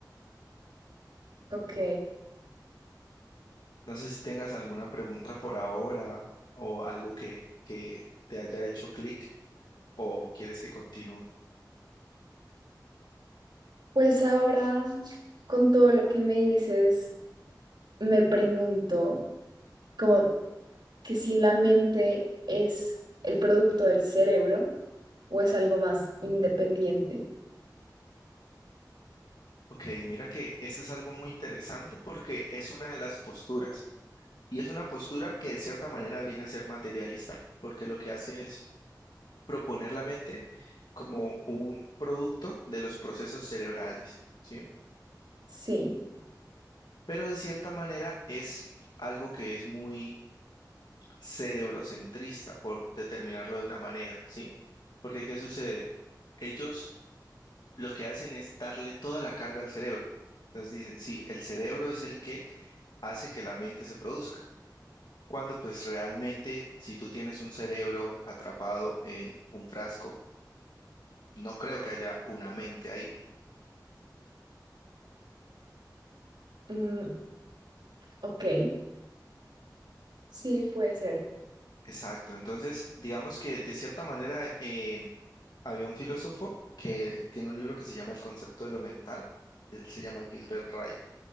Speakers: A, on the right; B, on the left.
A: Ok.
B: No sé si tengas alguna pregunta por ahora o algo que, que te haya hecho clic o quieres que continúe.
A: Pues ahora, con todo lo que me dices, me pregunto como que si la mente es el producto del cerebro o es algo más independiente.
B: Ok, mira que eso es algo muy interesante porque es una de las posturas y es una postura que de cierta manera viene a ser materialista porque lo que hace es proponer la mente como un producto de los procesos cerebrales, ¿sí?
A: Sí.
B: Pero de cierta manera es algo que es muy cerebrocentrista, por determinarlo de una manera, ¿sí? Porque ¿qué sucede? Ellos lo que hacen es darle toda la carga al cerebro. Entonces dicen, sí, el cerebro es el que hace que la mente se produzca. Cuando pues realmente, si tú tienes un cerebro atrapado en un frasco, no creo que haya una mente ahí.
A: Mm, ok. Sí, puede ser.
B: Exacto. Entonces, digamos que de cierta manera em, había un filósofo que tiene un libro que se llama El concepto de lo mental. Él se llama Gilbert Ryle.